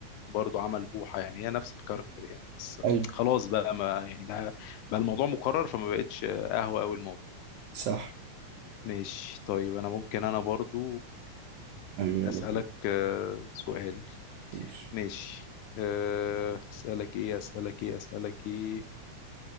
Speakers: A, on the left; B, on the right.
A: برضه عمل بوحه يعني هي نفس الكاركتر يعني بس
B: ايوه
A: خلاص بقى ما يعني بقى, بقى الموضوع مكرر فما بقتش آه، قهوه قوي الموضوع
B: صح
A: ماشي طيب انا ممكن انا برضه
B: ايوه يلا
A: آه، اسالك
B: طب
A: آه، سؤال
B: ماشي
A: ماشي أه، اسالك ايه اسالك ايه اسالك ايه